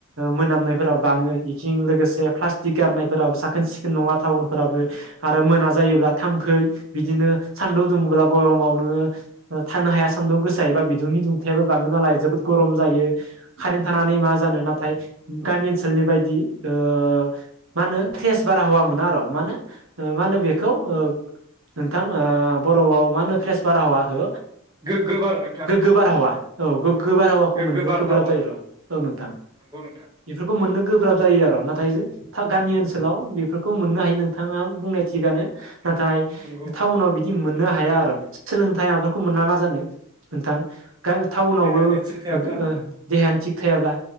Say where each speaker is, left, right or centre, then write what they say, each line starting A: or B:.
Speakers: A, on the right; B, on the right.
A: मोनामनायफोराव बाङै बेथि लोगोसे प्लास्टिक गारनायफोराबो साखोन सिखोन नङा टाउनफोराबो आरो मोना जायोब्ला थाम फै बिदिनो सानदुं दुङब्ला गरमाव नोङो थानो हाया सानदुं गोसायोबा बि दुंनि दुंथायाबो बाङो नालाय जोबोद गरम जायो कारेन्ट थानानै मा जानो नाथाय गामि ओनसोलनि बदि ओ मा होनो फ्रेस बारा हौवा मोना आरो मा मानो मा होनो बेखौ ओ नोंथां बर'आव मा होनो फ्रेस बारा हवाखै
B: गोगो बार नोंथां
A: गोग्गो बारहावा औ गोग्गो बारहावाखौ
B: गोग्गो
A: मोननो
B: बारहावा
A: गोब्राब जायो र' औ नोंथां
B: नंगौ नोंथां
A: बेफोरखौ मोननो गोब्राब जायो आरो' नाथाय गामि ओनसोलाव बेफोरखौ मोननो हायो नोंथाङा बुंनाय थिगानो नाथाय
B: नंगौ
A: टाउनाव बिदि मोननो हाया आरो सोलोंथाइ माबाफोरखौ मोना मा जानो नोंथां टाउनावबो
B: देहायानो थिग थायाब्ला
A: देहायानो थिग थाब्ला